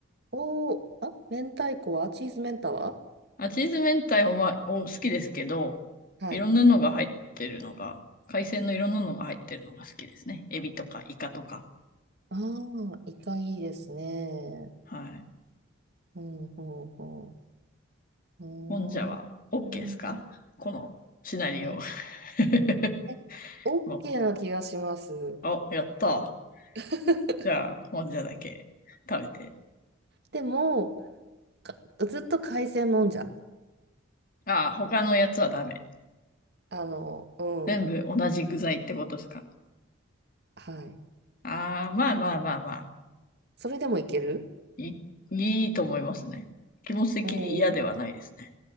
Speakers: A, on the right; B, on the left.
A: おー、あ、明太子はチーズメンタは
B: あ、チーズ明太もまあ、お、好きですけど、
A: はい。
B: いろんなのが入ってるのが、海鮮のいろんなのが入ってるのが好きですね。エビとかイカとか。
A: ああ、イカいいですね。
B: はい。
A: うん、ほうほう。ほううん
B: もんじゃは OK ですかこのシナリオ。
A: え、
B: <laughs>
A: え、OK
B: も
A: な気がします。
B: う、お、やった。
A: <laughs>
B: じゃあ、もんじゃだけ食べて。
A: でも、かずっと海鮮もんじゃ。
B: ああ、他のやつはダメ。
A: あの、うん。
B: 全部同じ具材ってことですか
A: はい。
B: ああ、まあまあまあまあ。
A: それでもいける
B: いい、いいと思いますね。気持ち的に嫌ではないですね。
A: おー、